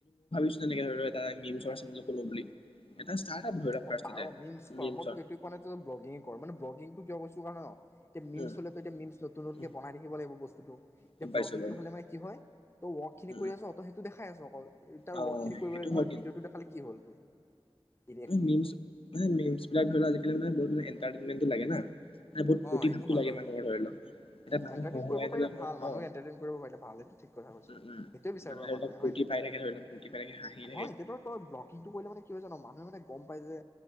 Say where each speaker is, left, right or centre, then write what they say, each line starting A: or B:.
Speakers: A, on the left; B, on the left.
A: <unintelligible> <unintelligible> এটা ষ্টাৰ্টআপ ধৰি লোৱা ফাৰ্ষ্টতে
B: অঁ, পাৰ মিমছ পাৰ
A: মিমচৰ
B: মই তোক এইটো কোৱা নাই যে তই ব্লগিং কৰ মানে ব্লগিংটো কিয় কৰিছো কাৰণে ন এ মিমছ
A: উম
B: হ'লে তই এতিয়া নতুন নতুনকে
A: উম,
B: বনাই থাকিব লাগিব বস্তু
A: গম
B: <unintelligible>
A: পাইছো
B: ভ্লগিং
A: বাৰু
B: টো হলে মানে কি হয়, তই ৱৰ্ক খিনি
A: উম
B: কৰি
A: উম।
B: আছ তই সেইটো দেখা খাই আছোঁ অকল। তাৰ
A: অ
B: ৱৰ্ক খিনি কৰিব
A: সেইটো
B: লগীয়া সময়ত
A: হয় কিন্তু
B: ভিডিঅটো দেখালে কি হ'ল, এ
A: মিমছ মানে মিমছবিলাক ধৰিলোৱা আজিকালি মানে বহুত এণ্টাৰতেইন্মেন্ত লাগে না। মানে বহুত ফূৰ্তি
B: অঁ সেইটো
A: ভাৱটো
B: হয়
A: লাগে
B: বাৰু
A: মানুহৰ ধৰি লওক এটা
B: উম
A: মানুহ
B: এণ্টাৰটেইন
A: হহুৱাই
B: কৰিব
A: থলে
B: পাৰিলে
A: মানে
B: ভাল, মানুহ
A: অ
B: এণ্টাৰটেইন কৰিব পাৰিলে ভাল সেইটো ঠিক কথা দেখা পাইছোঁ
A: উম উম
B: হেইটো বিচাৰিব
A: ধৰি
B: মানুহে
A: লওক ফূৰ্তি
B: হয়নে।
A: পাই থাকে ধৰি লওক ফূৰ্তি পাই থাকে হাঁহি থাকে
B: হয়', এতিয়া টো তৰ ব্লকিংটো কৰিলে মানে কি হয় জান? মানুহে মানে গম পাই যে।